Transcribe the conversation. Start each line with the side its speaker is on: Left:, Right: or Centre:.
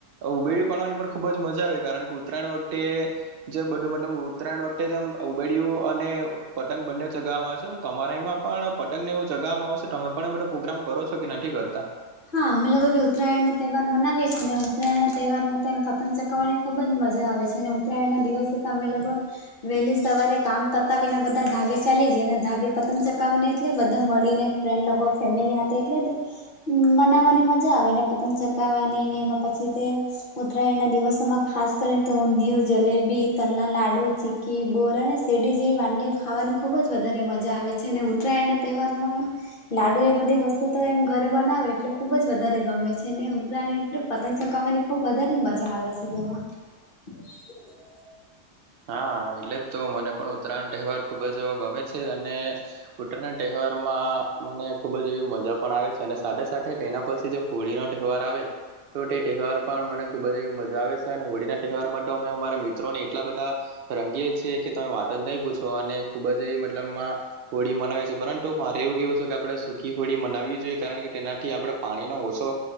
Right: ઉબડયું પાડવાની પણ ખુબ જ મજા આવે, કારણ કે ઉત્તરાયણ વતે એ જે બધું મતલબ ઉત્તરાયણ વખતે જેમ ઉબેડ્યું અને પતંગ બંને ચગાવવામાં આવશે તમારા અહીંમાં પણ પતંગને એવું જગામાં આવશે તમે આપડે બધો પ્રોગ્રામ કરો છો કે નથી કરતા?
Left: હા, અમે લોકો ઉતરાયણનો તહેવાર મનાવે છીએ ને ઉતયણના તહેવારમાં પતંગ ચગ ગાવવાની ખુબ જ મજા આવે છે અને ઉત્તરાયણના દિવસે તમે લોકો વહેલી સવારે કામ પતાવીને બધા ધાબે ચાલી જાયને ધાબે પતંગ ચગાવવાની એટલે બધા મળીને. ફ્રેન્ડ લોકો ફેમિલી સાથે એટલે કે મનાવવાની મજા આવેને પતંગ ચગાવવાની ને એમાં પછી તે ઉત્તરાયણ ના દિવસોમાં ખાસ કરીને તો ઊંધિયું, જલેબી, તલના લાડુ ચી કી બોર અને શેરડી જેવી વાનગીઓ ખાવાની ખૂબ જ વધારે મજા આવે છે અને ઉત્તરાયણના તહેવારોમાં એમ લાડુ એ બધી વસ્તુ તો એમ ઘર ઘરે બનાવે એટલે ખુબ જ વધારે ગમે છે ને ઉત્તરાયણ એટલે પતંગ ચગાવવાની ખુબ જ વધારે મજા આવે છે તેમાં અ <unintelligible>
Right: હા, એટલે જ તો મને પણ ઉત્તરાયણ તહેવાર ખુબ જ ગમે છે અને ઉત્તરાયણના તહેવારમાં મને ખૂબ જ એવી મજા પણ આવે છે અને સાથે સાથે એના પછી જો હોળીનો તહેવાર આવે. તો તે તહેવાર પણ મને ખૂબ જ એવી મજા આવે છે અને હોળીના તહેવાર માટે તો અમે અમારા મિત્રોને એટલા બધા રંગીએ છે કે તમે વાતો જ નહીં પૂછો અને ખૂબ જ એવી મતલબમાં હોળી મનાવે છે, પરંતુ મારે એવું કેવું છે કે આપણે સુકી હોળી મનાવી જોઈએ કારણ કે તેનાથી આપણે પાણીનો ઓછો